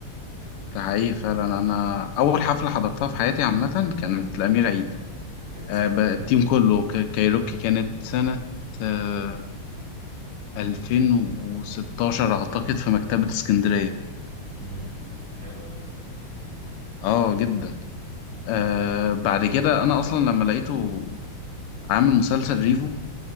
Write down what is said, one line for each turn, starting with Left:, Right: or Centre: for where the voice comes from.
Left: ده حقيقي فعلا انا اول حفله حضرتها في حياتي عامه كانت لامير عيد
Right: كانت
Left: آه،
Right: سنة
Left: ب- التيم
Right: كام دي
Left: كله ك- كايروكي كانت سنه آه، 2016 اعتقد في مكتبه اسكندريه
Right: امم دي حلوة دي
Left: اه جدا آه بعد كده انا اصلا لما لقيته عامل مسلسل ريفو